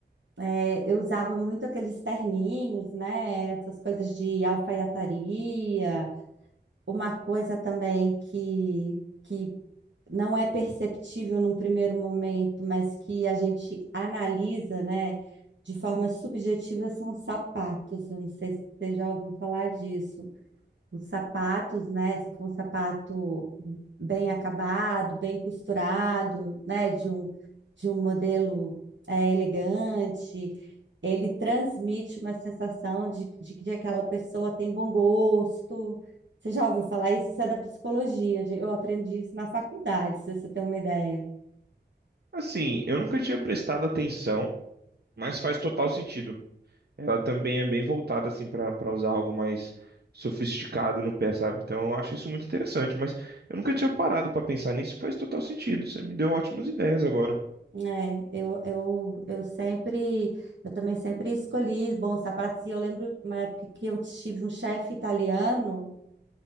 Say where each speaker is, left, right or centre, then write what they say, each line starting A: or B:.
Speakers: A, on the right (about 85°); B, on the right (about 60°).
A: eh, eu usava muito aqueles terninhos, né? Essas coisas de alfaiataria. uma coisa também que, que não é perceptível num primeiro momento, mas que a gente analisa, né, de forma subjetiva, são os sapatos. Eu não sei se você já ouviu falar disso. Os sapatos, né? Se for um sapato bem acabado, bem costurado, né? De um, de um modelo é, elegante, ele transmite uma sensação de, de que aquela pessoa tem bom gosto. Você já ouviu falar isso? Isso é da psicologia. gente. Eu aprendi isso na faculdade, se você tem uma ideia.
B: Assim, eu nunca tinha prestado atenção, mas faz total sentido. ela também é bem voltada assim para para usar algo mais sofisticado no pé, sabe? Então eu acho isso muito interessante, mas eu nunca tinha parado para pensar nisso, e faz total sentido. Você me deu ótimas ideias agora.
A: É, eu, eu, eu sempre, eu também sempre escolhi bons sapatos. E eu lembro uma época que eu tive um chefe italiano